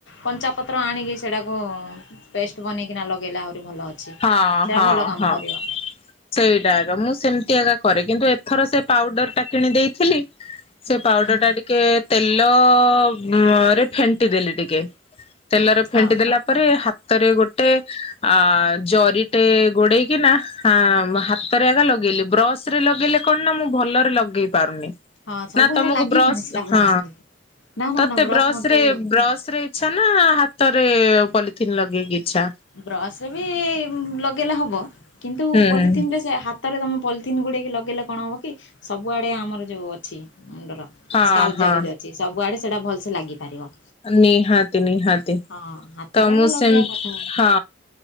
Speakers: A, on the left; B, on the left.
A: କଞ୍ଚାପତ୍ର ଆଣିକି ସେଇଟାକୁ ପେଷ୍ଟ ବନେଇକିନା ଲଗେଇଲେ ଆହୁରି ଭଲ। ଅଛି।
B: ହଁ
A: ସେଇଟା
B: ହଁ
A: ଭଲ କାମ
B: ହଁ
A: କରିବ
B: ସେଇଟା ର ମୁଁ ସେମିତି ଆଗ କରେ କିନ୍ତୁ ଏଥର ସେ ପାଉଡରଟା କିଣି ଦେଇଥିଲି ସେ ପାଉଡରଟା
A: ହୁଁ ହୁଁ
B: ଟିକେ ତେଲରେ ଫେଣ୍ଟି ଦେଲେ ଟିକେ ତେଲରେ ଫେଣ୍ଟି
A: ହଁ
B: ଦେଲା ପରେ, ହାତରେ ଗୋଟେ ଅ ଜରିଟେ ଗୋଡେଇକିନା ହାତରେ ହେଟା ଲଗେଇଲି, ବ୍ରସରେ ଲଗେଇଲେ କଣନା ମୁଁ ଭଲରେ ଲଗେଇ ପାରୁନି।
A: ହଁ ସବୁଆଡେ
B: ନା ତମକୁ
A: ଲାଗିବନି
B: ବ୍ରସ
A: ସେଟା ବ୍ରସ
B: ହଁ
A: ରେ ନା ନା
B: ତତେ
A: ନା ବ୍ରସ୍
B: ବ୍ରସରେ
A: ମତେ
B: ବ୍ରସରେ ଆଛାନା ହାତରେ ପଲିଥିନ ଲଗେଇକି ଇଛା
A: ବ୍ରସରେ ବି ଲଗେଇଲେ ହବ। କିନ୍ତୁ
B: ହୁଁ
A: ପଲିଥିିନରେ
B: ହୁଁ
A: ସେ ହା ହାତରେ ତମେ ପଲିଥିନ୍ ଗୁଏଡେକ ଲଗେଇଲେ କଣ ହବ କି ସବୁଆଡେ ଆମର ଯୋଉ ଅଛି ମୁଣ୍ଡର
B: ହଁ
A: ସ୍କାଲପ
B: ହଁ
A: ଜାଗା ଯୋଉ ଅଛି ସବୁଆଡେ ସେଇଟା ଭଲସେ୍ ଲାଗିପାରିବ।
B: ନିହାତି ନିହାତି
A: ହଁ ହାତରେ
B: ତ
A: ଏକା
B: ମୁଁ
A: ଲଗେଇବା
B: ସେମ୍
A: କଥା
B: ହଁ